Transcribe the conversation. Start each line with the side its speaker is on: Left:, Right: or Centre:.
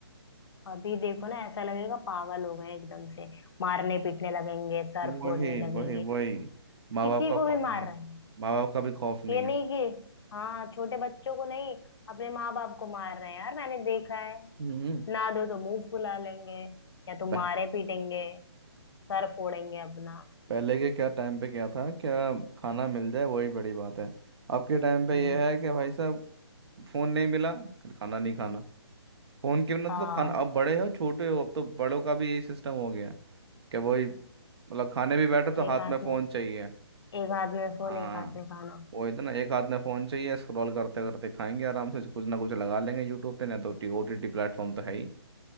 Left: अभी देखो ना ऐसा लगेगा पागल हो गए हैं एकदम से मारने पीटने लगेंगे सर फोड़ने
Right: वही
Left: लगेंगे
Right: वही वही माँ
Left: किसी
Right: बाप का
Left: को
Right: खौफ
Left: भी मार
Right: नहीं
Left: रहे
Right: है
Left: हैं
Right: माँ बाप का भी खौफ नहीं
Left: ये
Right: है
Left: नहीं कि हाँ छोटे बच्चों को नहीं अपने माँ बाप को मार रहे हैं यार मैंने देखा है
Right: हम्म
Left: ना दो तो मुंह फुला लेंगे या तो
Right: प-
Left: मारे पीटेंगे सर फोड़ेंगे अपना
Right: पहले के क्या टाइम पे क्या था क्या खाना मिल जाए वही बड़ी बात है अब के टाइम
Left: हम्म
Right: पे यह है कि भाई साहब फोन नहीं मिला फिर खाना नहीं खाना फोन के बिना
Left: हाँ
Right: तो खाना अब बड़े हो छोटे हो अब तो बड़ों का भी यही सिस्टम हो गया क्या वही मतलब खाने भी बैठो तो हाथ
Left: एक हाथ
Right: में फोन
Left: में
Right: चाहिए
Left: एक हाथ में फोन
Right: हाँ
Left: एक हाथ में खाना
Right: वही तो ना एक हाथ में फोन चाहिए स्क्रॉल करते करते खाएंगे आराम से कुछ ना कुछ लगा लेंगे यूट्यूब पे ना तो ओटीटी प्लेटफॉर्म तो है ही